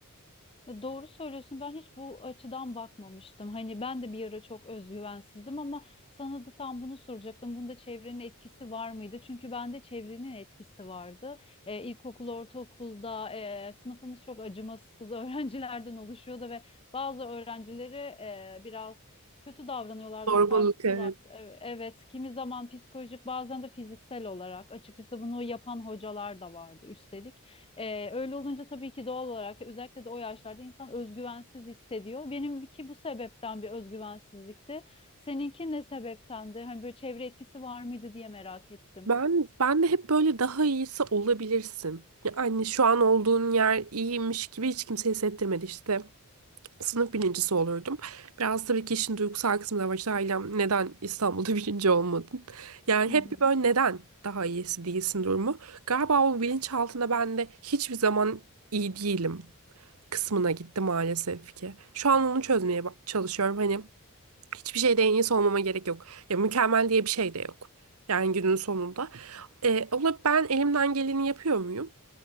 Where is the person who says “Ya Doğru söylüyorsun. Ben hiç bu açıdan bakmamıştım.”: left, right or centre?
Left